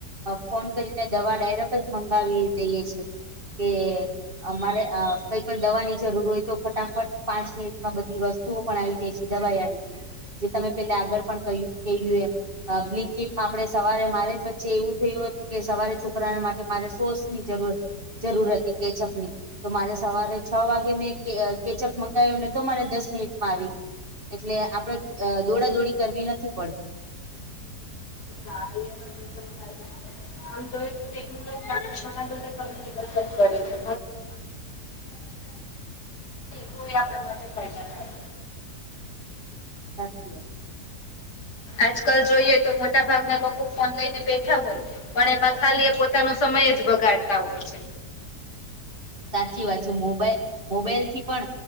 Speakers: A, on the right; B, on the left.
A: ફોન કરીને દવા ડાયરેક્ટ જ મંગાવી દઈએ છે. કે અમારે કઈ પણ દવાની જરૂર હોય તો ફટાફટ પાંચ મિનિટમાં બધી વસ્તુઓ પણ આવી જાય છે દવાઈ આવી જાય છે. જે તમે પેલા આગળ પણ કહ્યું કહ્યું એમ. બ્લીન્કીટ માં આપણે સવારે મારે જ વચ્ચે એવું થયું હતું કે સવારે છોકરા માટે મારે સોસની જરૂરત જરૂર હતી કેચઅપની તો મારે સવારે છ વાગે મેં કે કેચઅપ મંગાયું ને તો મારે દસ મિનિટમાં આવી ગયું. એટલે આપડે દોડાદોડી કરવી નથી પડતી.
B: હા એ વાત એકદમ સાચી છે. આમ જોઈએ તો ટેકનોલોજી <inaudible> સમજદારી પૂર્વક ઉપયોગ કરીએ કરીે તો એ આપણા માટે ફાયદા કારક
A: સાચી વાત.
B: આજકાલ જોઈએ તો મોટા ભાગના લોકો ફોન લઈને બેઠા હોય પણ એમાં ખાલી એ પોતાનો સમય જ બગાડતા હોય છે.
A: સાચી વાત છે મોબાઈલ મોબાઈલ થી પણ